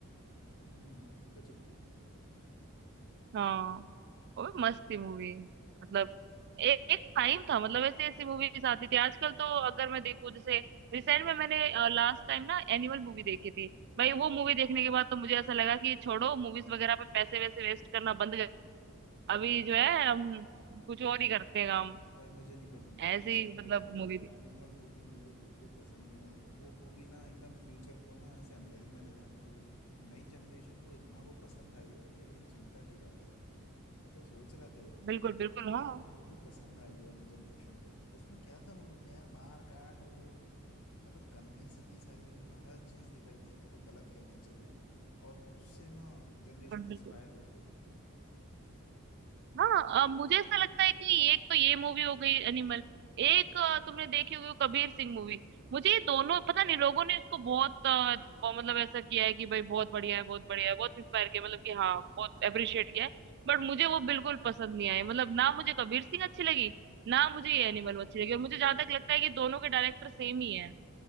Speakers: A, on the left; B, on the right.
A: हम्म चुपके चुपके
B: हाँ और मस्त थी मूवी मतलब ए, एक टाइम था मतलब ऐसे ऐसी मूवीज आती थी आजकल तो अगर मैं देखूं जैसे रिसेंट में मैंने लास्ट टाइम ना एनिमल मूवी देखी थी भाई वो मूवी देखने के बाद तो मुझे ऐसा लगा कि छोड़ो मूवीज वगैरह पे पैसे वैसे वेस्ट करना बंद कर अभी जो है हम कुछ और ही करते हैं काम
A: भाई मुझे नहीं पसंद आई
B: ऐसी
A: मैं सही
B: मतलब
A: बताऊं
B: मूवी
A: तो
B: थी
A: एनिमल मूवी मुझे बिल्कुल पसंद नहीं आई वो मूवी ना एकदम फ्यूचर को ना ऐसे अंधेरे में ले जाने वाली नई जनरेशन को इतना वो पसंद आई है और ये बड़ी चिंता की बात है मैं तो सोच रहा था एक दिन
B: बिल्कुल
A: कि किस
B: बिल्कुल
A: तरह
B: हाँ
A: की मूवी पसंद आ रही है अभी जनरेशन को तो उसमें क्या था मूवी में यार मार काट और वो मतलब गंदी संदी सारी उसमें हर चीज दिखाई थी जिसको गलत कहना चाहिए और वो उससे ना जनरेशन
B: बिल्कुल
A: इंस्पायर
B: बिल्कुल
A: हो रही है
B: हाँ अ, मुझे ऐसा लगता है कि एक तो ये मूवी हो गई एनिमल एक अ, तुमने देखी होगी वो कबीर सिंह मूवी मुझे ये दोनों पता नहीं लोगों ने इसको बहुत अ, ब- मतलब ऐसा किया है कि भाई बहुत बढ़िया है बहुत बढ़िया है बहुत इंस्पायर किया मतलब कि हाँ बहुत अप्रिशिएट किया है बट मुझे वो बिल्कुल पसंद नहीं आई मतलब ना मुझे कबीर सिंह अच्छी लगी ना मुझे ये एनिमल अच्छी लगी और मुझे जहां तक लगता है कि दोनों के डायरेक्टर सेम ही है